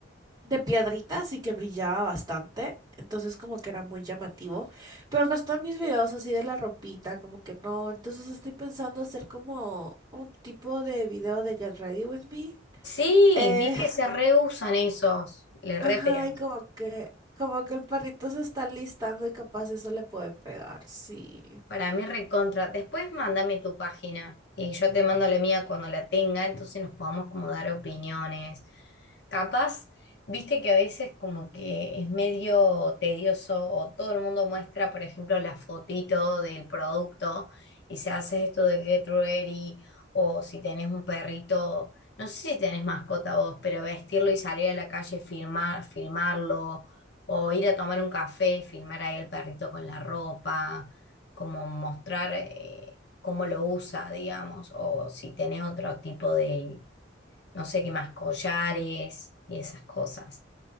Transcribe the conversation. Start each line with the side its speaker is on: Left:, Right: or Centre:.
Right: de piedritas y que brillaba bastante. Entonces como que era muy llamativo. Pero el resto de mis videos así de la ropita, como que no. Entonces estoy pensando hacer como un tipo de video de Get Ready With Me.
Left: Sí,
Right: Eh,
Left: vi que
Right: <laughs>
Left: se reusan esos, le re
Right: ajá,
Left: pega.
Right: y como que, como que el perrito se está listando y capaz eso le puede pegar, sí.
Left: Para mí recontra. Después mándame tu página y yo te mando la mía cuando la tenga, entonces nos podamos como dar opiniones. Capaz, viste que a veces como que es medio tedioso o todo el mundo muestra, por ejemplo, la fotito del producto y se hace esto del Get Ready o si tenés un perrito, no sé si tenés mascota vos, pero vestirlo y salir a la calle y filmar, filmarlo o ir a tomar un café y filmar ahí el perrito con la ropa como mostrar eh, cómo lo usa, digamos, o si tenés otro tipo de, no sé qué más, collares y esas cosas.